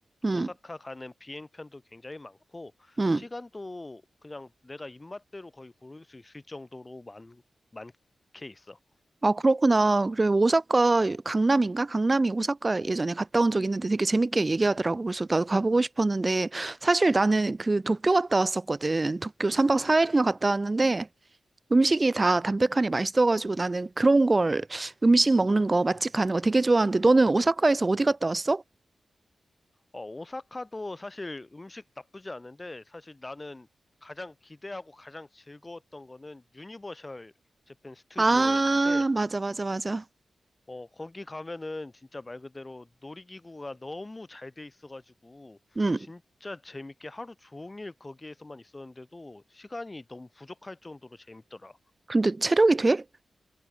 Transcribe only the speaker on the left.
오사카 가는 비행편도 굉장히 많고,
시간도 그냥 내가 입맛대로 거의 고를 수 있을 정도로 많, 많게 있어.
어, 오사카도 사실 음식 나쁘지 않은데, 사실 나는 가장 기대하고 가장 즐거웠던 거는 유니버셜 재팬 스튜디오였는데,
어, 거기 가면은 진짜 말 그대로 놀이기구가 너무 잘 돼 있어가지고,
진짜 재밌게 하루 종일 거기에서만 있었는데도 시간이 너무 부족할 정도로 재밌더라.